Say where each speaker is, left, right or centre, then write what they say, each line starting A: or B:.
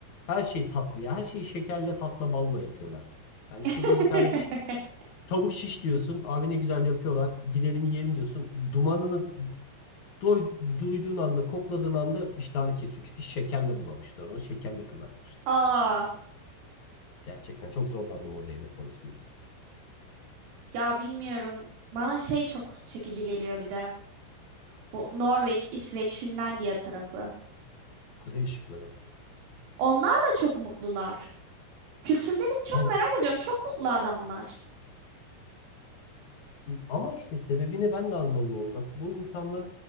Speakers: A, on the left (about 50°); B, on the right (about 75°).
A: Her şey tatlı. ya. Her şeyi şekerle, tatla, balla yapıyorlar. Yani şurada
B: <laughs>
A: bir tane tavuk şiş diyorsun. Abi ne güzel yapıyorlar. Gidelim yiyelim diyorsun. Dumanını Doy- duyduğun anda, kokladığın anda iştahını kesiyor. Çünkü şekerle bulamışlar onu. Şekerle kızartmışlar.
B: Aa,
A: Gerçekten çok zorlandım orada yemek konusunda.
B: ya bilmiyorum. Bana şey çok çekici geliyor bir de. Bu Norveç, İsveç, Finlandiya tarafı.
A: Kuzey ışıkları var.
B: Onlar da çok mutlular. Kültürlerini çok
A: Hani
B: merak ediyorum. Çok mutlu adamlar.
A: ama işte sebebini ben de anlamıyorum. Bak bu insanlar